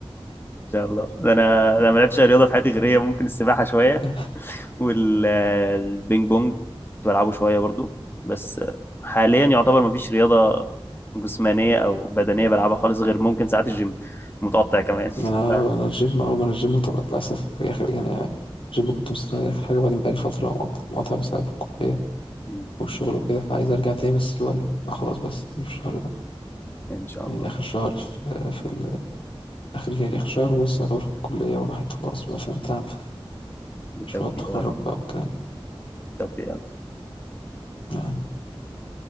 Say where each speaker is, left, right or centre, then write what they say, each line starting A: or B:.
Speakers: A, on the left; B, on the left.
A: إن شاء الله ده أنا أنا ما لعبتش أي رياضة في حياتي غير هي ممكن السباحة شوية
B: آه،
A: والبينج بونج كنت بلعبه شوية برضو بس آه، حاليا يعتبر ما فيش رياضة جسمانية أو بدنية بلعبها خالص غير ممكن ساعات الجيم متقطع كمان
B: أنا
A: <laughs>
B: أنا الجيم أول ما أنا الجيم طلعت للأسف في آخر يعني آه، الجيم كنت مستمر عليه آخر حاجة بعدين بقالي فترة مقط- مقاطع بسبب الكلية
A: ف...
B: والشغل وكده فعايز أرجع تاني بس اللي هو إيه آه، خلاص بس دي في الشهر ده
A: ان شاء
B: يعني
A: الله
B: ده آخر شهر في, في آخر يعني آخر شهر ونص يعتبر في الكلية والواحد خلاص بقى فاهم تعب
A: بالتوفيق
B: مشروع التخرج
A: يا رب
B: بقى والكلام ده
A: بالتوفيق يا رب
B: نعم.